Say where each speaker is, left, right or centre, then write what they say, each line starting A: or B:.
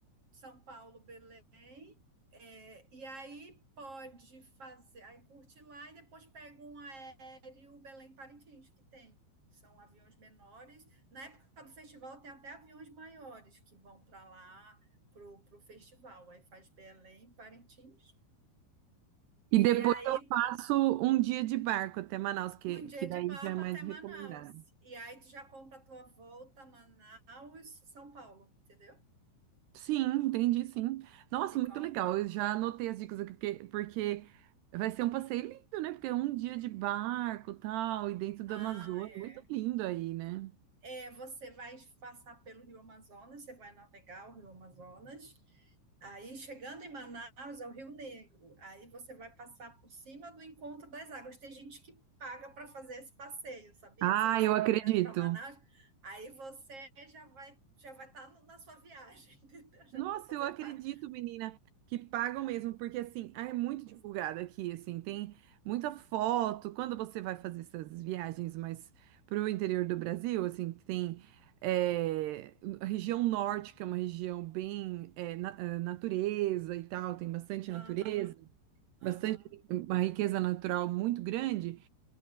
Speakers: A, on the right; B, on the right.
A: são Paulo, Belém. É, e aí pode fazer, aí curte lá e depois pega um aéreo Belém-Parintins, que tem. São aviões menores. Na época do festival tem até aviões maiores que vão para lá, pro, pro festival. Aí faz Belém, Parintins.
B: E
A: E
B: depois
A: aí
B: eu faço um dia de barco até Manaus, que,
A: um dia
B: que daí
A: de barco
B: já é mais
A: até
B: recomendado.
A: Manaus. E aí tu já compra a tua volta a Manaus, São Paulo, entendeu?
B: Sim, entendi, sim. Nossa,
A: Fica
B: muito legal.
A: um...
B: Eu já anotei as dicas aqui, porque, porque vai ser um passeio lindo, né? Porque é um dia de barco, tal, e dentro do
A: Ah,
B: Amazonas,
A: é.
B: muito lindo aí, né?
A: É, você vai passar pelo Rio Amazonas, você vai navegar o Rio Amazonas. Aí, chegando em Manaus, é o Rio Negro. Aí você vai passar por cima do Encontro das Águas. Tem gente que paga para fazer esse passeio, sabia?
B: Ah,
A: Se você
B: eu acredito.
A: vem direto para Manaus, aí você já vai já vai estar na sua viagem, <laughs> entendeu? Já
B: Nossa,
A: vai fazer
B: eu acredito,
A: parte.
B: menina, que pagam mesmo, porque assim, ah, é muito divulgado aqui, assim, tem muita foto. Quando você vai fazer essas viagens mais para o interior do Brasil, assim, que tem é, a região norte, que é uma região bem é, na- eh, natureza e tal, tem bastante
A: Aham,
B: natureza,
A: aham.
B: bastante uma riqueza natural muito grande.